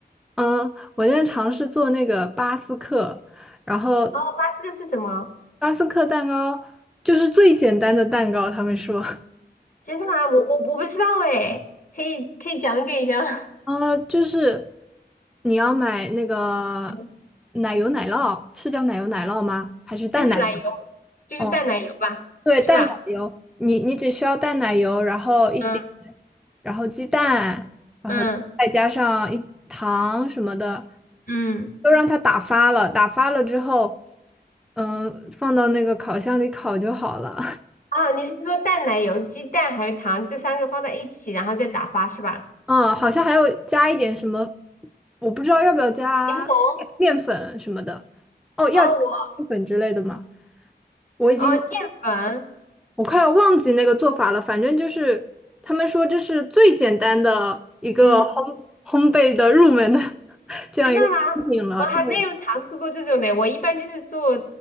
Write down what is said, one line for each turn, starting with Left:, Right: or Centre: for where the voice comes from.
Centre: 嗯，我现在尝试做那个巴斯克，然后
Left: 哦，巴这个是什么？
Centre: 巴斯克蛋糕就是最简单的蛋糕，他们说，
Left: 真的吗？我我我不知道哎，可以可以讲解一下吗
Centre: 呃，就是你要买那个
Left: <laughs> 嗯，
Centre: 奶油奶酪，是叫奶油奶酪吗？还是淡奶
Left: 就是奶油，就是淡奶油吧，
Centre: 哦。对，
Left: 是吧？
Centre: 淡奶油，你你只需要淡奶油，然后一点，
Left: 嗯
Centre: 然后鸡蛋，然后再加上一糖什么的，
Left: 嗯。嗯，
Centre: 都让它打发了。打发了之后，嗯，放到那个烤箱里烤就好了。
Left: 啊，你是说淡奶油、鸡蛋还有糖这三个放在一起，然后再打发是吧？
Centre: <laughs> 嗯，好像还要加一点什么，我不知道要不要加面粉什么的。
Left: 柠檬，
Centre: 哦，要加面粉之类的吗？
Left: 啊，我
Centre: 我已经。
Left: 哦淀粉，
Centre: 我快要忘记那个做法了，反正就是他们说这是最简单的一个烘烘焙的入门的
Left: 嗯，
Centre: <laughs> 这样一个产品了。
Left: 真的吗？我还没有尝试过这种的。
Centre: 对，
Left: 我一般就是做